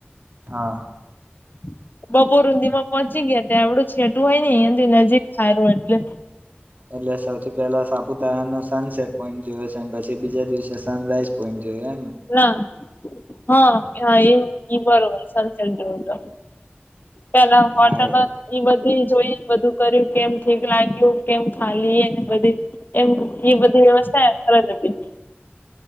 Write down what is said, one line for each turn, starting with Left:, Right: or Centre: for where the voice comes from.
Right: હા.
Left: <inaudible> બપોર હુંધીમાં પહોચી ગયા, ત્યાં એવડું છેટું હયની અહીયાથી નજીક થાયરુ એટલે
Right: એટલે સૌથી પહેલા સાપુતારાનો સનસેટ પોઈન્ટ જોયો છે, પછી બીજા દિવસે સનરાઈઝ પોઈન્ટ જો <unintelligible>
Left: ના હા, હ એ બરોબર સન સેટ, જોયુ તો પેલા
Right: હા
Left: હોટેલ ઈ બધી, જોઈ. બધું કર્યું કેમ ઠીક લાગ્યું, કેમ ખાલી બધી એમ એ બધી વ્યવસ્થા <unintelligible>